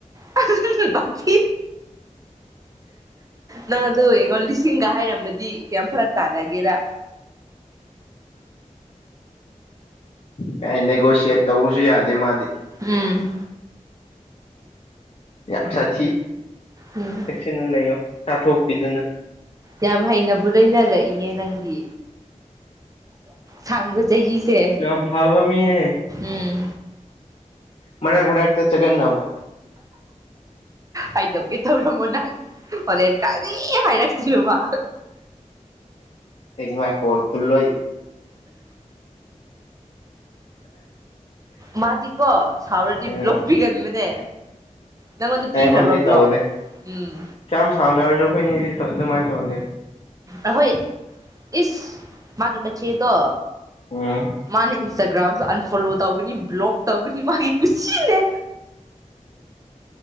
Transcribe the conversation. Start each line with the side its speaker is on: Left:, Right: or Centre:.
Right: <unintelligible> ꯅꯪ ꯑꯗꯨ ꯌꯦꯡꯉꯣ ꯂꯤꯁꯤꯡꯒ ꯍꯥꯏꯔꯝꯃꯗꯤ ꯀꯥꯝ ꯐꯔꯛ ꯇꯥꯟꯅꯒꯦꯔꯥ
Left: ꯀ ꯅꯦꯒꯣꯁꯤꯌꯦꯠ ꯇꯧꯕꯁꯨ ꯌꯥꯗꯦ ꯃꯥꯗꯤ
Right: ꯎꯝ
Left: ꯌꯥꯝ ꯁꯥꯊꯤ
Right: ꯎꯝ
Left: ꯆꯦꯛꯁꯤꯟꯅ ꯂꯩꯌꯣ ꯆꯥꯊꯣꯛꯄꯤꯗꯨꯅ
Right: ꯌꯥꯝ ꯍꯩꯅꯕꯨ ꯂꯣꯏꯅꯔꯛꯏꯌꯦ ꯅꯪꯗꯤ ꯁꯥꯡꯕ ꯆꯍꯤꯁꯦ
Left: ꯌꯥꯝ ꯐꯕ ꯃꯤꯅꯦ
Right: ꯎꯝ
Left: ꯃꯅꯥ ꯃꯅꯥꯛꯇ ꯆꯖꯒꯟꯅꯕ
Right: ꯍꯥꯏꯗꯧꯀꯦ ꯇꯧꯔꯝꯃꯣ ꯅꯪ ꯍꯅꯦ ꯀꯔꯤ ꯈꯥꯏ ꯂꯥꯛꯁꯤ ꯃꯥ
Left: ꯑꯦ ꯃꯥ ꯀꯣꯜ ꯈꯨꯜꯂꯣ
Right: ꯃꯥꯗꯤ ꯀꯣ ꯁꯥꯎꯔꯗꯤ
Left: ꯎꯝ
Right: ꯕ꯭ꯂꯣꯛ ꯄꯤꯒꯅꯕꯥꯅꯦ ꯅꯪꯉꯣꯟꯗ
Left: ꯑꯩꯉꯣꯟꯗꯤ
Right: ꯄꯤꯈ꯭ꯔꯕ꯭ꯔ ꯕ꯭ꯂꯣ
Left: ꯇꯧꯗꯦ
Right: ꯎꯝ
Left: ꯀꯌꯥꯝ ꯁꯥꯎꯅꯔꯁꯨ ꯑꯩꯈꯣꯏꯅꯤꯗꯤ ꯑꯗꯨꯃꯥꯏꯅ ꯇꯧꯅꯦ
Right: ꯑꯍꯣꯏ ꯏꯁ ꯃꯥꯒꯤ ꯃꯆꯦꯗꯣ
Left: ꯎꯝ
Right: ꯃꯥꯅ ꯏꯟꯁꯇꯥꯒ꯭ꯔꯥꯝꯁꯨ ꯑꯟꯐꯣꯂꯣ ꯇꯧꯒꯅꯤ ꯕ꯭ꯂꯣꯛ ꯇꯧꯒꯅꯤ ꯃꯥꯒꯤ ꯀꯨꯁꯤꯅꯦ